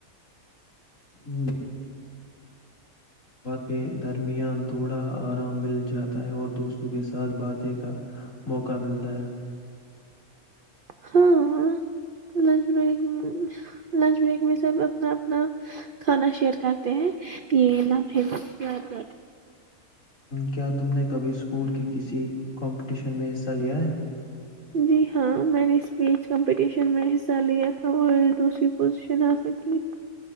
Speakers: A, on the left; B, on the right.
A: ہمم <unintelligible> کے درمیان تھوڑا ارام مل جاتا ہے اور دوستوں کے ساتھ باتیں کا موقع ملتا ہے
B: ہاں لنچ بریک لنچ بریک میں سب اپنا اپنا کھانا شیئر کرتے ہیں یہ لام پیار کر
A: کیا تم نے کبھی اسکول کی کسی کمپٹیشن میں حصہ لیا ہے
B: جی ہاں میں نے اسپیچ کمپٹیشن میں حصہ لیا تھا اور دوسری پوزیشن حاصل کی تھی